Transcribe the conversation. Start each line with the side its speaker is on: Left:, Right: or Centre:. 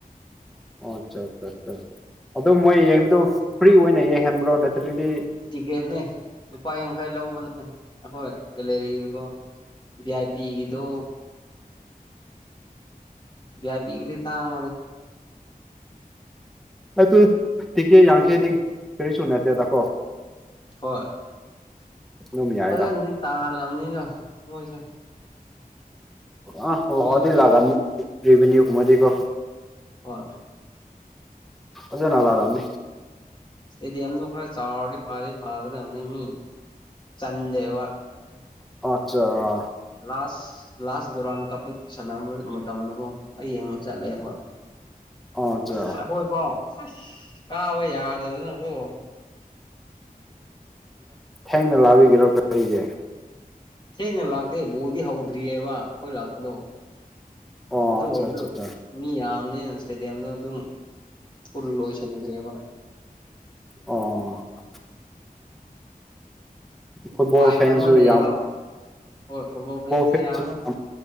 Centre: ꯑꯣ ꯑꯠꯆꯥ ꯑꯠꯆꯥ ꯑꯠꯆꯥ ꯑꯗꯣ ꯃꯣꯏ ꯌꯦꯡꯕꯗꯣ ꯐ꯭ꯔꯤ ꯑꯣꯏꯅ ꯌꯦꯡꯍꯟꯕ꯭ꯔꯣ ꯅꯠꯇ꯭ꯔꯗꯤ
Left: ꯇꯤꯛꯀꯦꯠꯅꯦ ꯂꯨꯄꯥ ꯌꯥꯡꯈꯩ ꯂꯧꯕꯅꯦ ꯑꯩꯈꯣꯏ ꯒꯦꯂꯔꯤꯒꯣ ꯚ ꯑꯏ ꯄꯤ ꯒꯤꯗꯣ ꯕꯕꯤꯗꯤ ꯇꯥꯡ ꯃꯅꯦ
Centre: ꯑꯩ ꯇꯨ ꯇꯤꯀꯦ ꯌꯥꯡꯈꯩꯗꯤ ꯀꯔꯤꯁꯨ ꯅꯠꯇꯦ ꯇꯀꯣ
Left: ꯍꯣꯏ
Centre: ꯑꯗꯨꯝ ꯌꯥꯏꯗ
Left: ꯐꯖꯗꯤ ꯇꯥ ꯂꯝꯅꯤꯗ ꯃꯣꯏꯁ
Centre: ꯑꯥ ꯑꯥꯎꯗꯤ
Left: ꯃꯤ
Centre: ꯂꯥꯛꯒꯥꯝꯅꯤ ꯔꯦꯚꯅꯌꯨ ꯈꯃꯥꯏꯗꯤꯀꯣ
Left: ꯍꯣꯏ
Centre: ꯀꯁꯅꯂ ꯇꯝꯅꯤ
Left: ꯏꯁꯇꯦꯗꯤꯌꯝꯗꯣ ꯈꯔ ꯆꯥꯎꯔꯗꯤ ꯐꯗꯤ ꯐꯒꯗꯕꯅꯤ ꯃꯤ ꯆꯟꯗꯦꯕ
Centre: ꯑꯆꯥ
Left: ꯂꯥꯁ ꯂꯥꯁ ꯗꯔꯥꯎꯥꯟ ꯀꯞꯇ ꯁꯥꯟꯅꯕ ꯃꯇꯝꯗꯒꯣ ꯍꯌꯦꯡꯕ ꯆꯠꯂꯦꯕ
Centre: ꯑꯣ ꯑꯠꯆꯥ
Left: ꯑꯁ ꯑꯩꯈꯣꯏ ꯄꯥꯎ ꯑꯁ ꯀꯥꯕ ꯌꯥꯗꯗꯅꯀꯣ
Centre: ꯊꯦꯡꯅ ꯂꯥꯛꯕꯤꯒꯔꯣ ꯀꯔꯤꯁꯦ
Left: ꯁꯦꯡꯅ ꯂꯥꯛꯇꯦ ꯕꯣꯜꯗꯤ ꯍꯧꯗ꯭ꯔꯤꯑꯕ ꯑꯩꯈꯣꯏ ꯂꯥꯛꯄꯗꯣ
Centre: ꯑꯣ
Left: ꯑꯗꯨ
Centre: ꯑꯠꯆꯥ
Left: ꯑꯣꯏꯔꯁꯨ
Centre: ꯑꯠꯆꯥ
Left: ꯃꯤ ꯌꯥꯝꯅꯦ ꯏꯁꯇꯦꯗꯤꯌꯝꯗ ꯑꯗꯨꯝ ꯐꯜ ꯂꯣꯏꯁꯤꯟꯈ꯭ꯔꯦꯕ
Centre: ꯑꯣ ꯐꯨꯠꯕꯣꯜ
Left: ꯄꯥꯏꯞ
Centre: ꯐꯦꯟꯁꯨ
Left: ꯑꯃ ꯂꯩꯌꯦꯕ
Centre: ꯌꯥꯝ
Left: ꯍꯣꯏ ꯐꯨꯠꯕꯣꯜ ꯐꯦꯟꯁꯁꯦ
Centre: ꯐꯦꯟꯁꯨ
Left: ꯌꯥꯝꯃꯦ
Centre: ꯌꯥꯝ